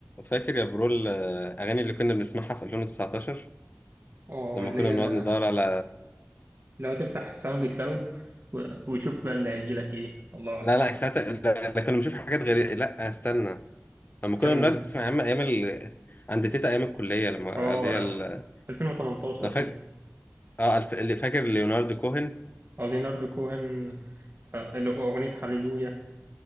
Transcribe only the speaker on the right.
اه
اللي
هي
لو تفتح ساوند كلاود و- وشوف بقى اللي هيجي لك ايه الله
اعلم
كان
اه
2018
كده
اه ليناردو كوهن آه، اللي هو اغنية هاليلويا